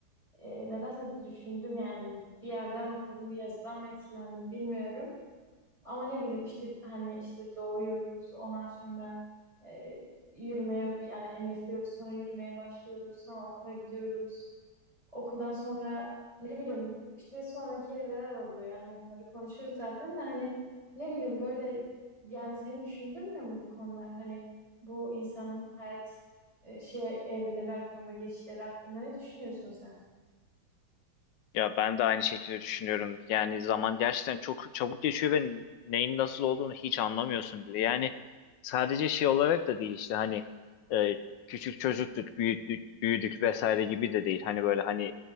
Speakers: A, on the right; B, on the left.
A: E, nedense düşündüm yani bir yerden okudum, bir yazıdan mı etkilendim bilmiyorum. Ama ne bileyim işte hani işte doğuyoruz, ondan sonra e, yürümeye yani emekliyoruz, sonra yürümeye başlıyoruz, sonra okula gidiyoruz. Okuldan sonra ne bileyim işte sonraki evreler oluyor. Yani onları konuşuruz zaten de hani ne bileyim böyle yani seni düşündürmüyor mu bu konular? Hani bu insanın hayat e, şey evreleri hakkında, geçişleri hakkında ne düşünüyorsun sen?
B: Ya ben de aynı şekilde düşünüyorum. Yani zaman gerçekten çok çabuk geçiyor ve neyin nasıl olduğunu hiç anlamıyorsun bile. Yani sadece şey olarak da değil işte hani e, küçük çocuktuk, büyüdük, büyüdük vesaire gibi de değil. Hani böyle hani